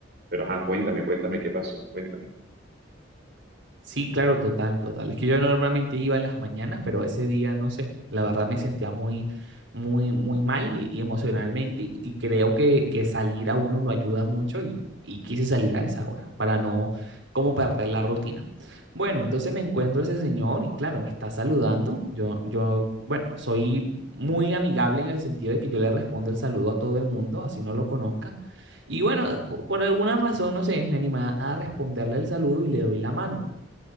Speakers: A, on the right; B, on the right.
A: Pero ajá, cuéntame, cuéntame qué pasó, cuéntame.
B: Sí, claro, total, total. Es que yo normalmente iba en las mañanas, pero ese día, no sé, la verdad me sentía muy, muy, muy mal y, y emocionalmente y, y creo que, que salir a uno lo ayuda mucho y, y quise salir a esa hora para no como perder la rutina. Bueno, entonces me encuentro ese señor y claro, me está saludando. Yo, yo, bueno, soy muy amigable en el sentido de que yo le respondo el saludo a todo el mundo, así no lo conozca. Y bueno, po- por alguna razón, no sé, me anima a responderle el saludo y le doy la mano